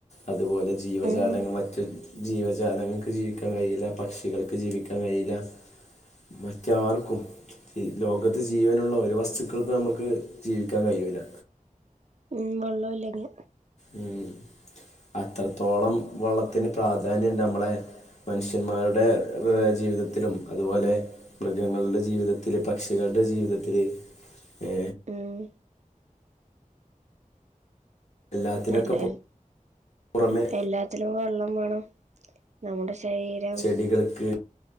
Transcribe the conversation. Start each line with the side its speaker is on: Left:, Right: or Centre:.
Left: അതുപോല ജീവ ജാലങ്ങൾ
Right: ഉം
Left: മറ്റ് ജീവജാലങ്ങൾക്ക് ജീവിക്കാൻ കഴിയില്ല പക്ഷികൾക്ക് ജീവിക്കാൻ കഴിയില്ല മറ്റാർക്കും ഈ ലോകത്ത് ജീവനുള്ള ഒരു വസ്തുവിനും ഇപ്പോ ഞമ്മക്ക് ജീവിക്കാൻ കയ്യൂല്ല
Right: ഉം വെള്ളല്ലെങ്കിൽ
Left: ഉം അത്രത്തോളം വെള്ളത്തിന് പ്രാധാന്യണ്ട് നമ്മളെ മനുഷ്യന്മാരുടെ ജീവിതത്തിലും ഏ അതുപോലെ മൃഗങ്ങളുടെ ജീവിതത്തിൽ പക്ഷികളുടെ ജീവിതത്തിൽ ഏ
Right: ഉം
Left: എല്ലാത്തിനൊക്കെ
Right: എല്ലാരും
Left: പുറമെ
Right: എല്ലാത്തിനും വെള്ളം വാണം നമ്മുടെ ശരീരം
Left: കിളികൾക്ക്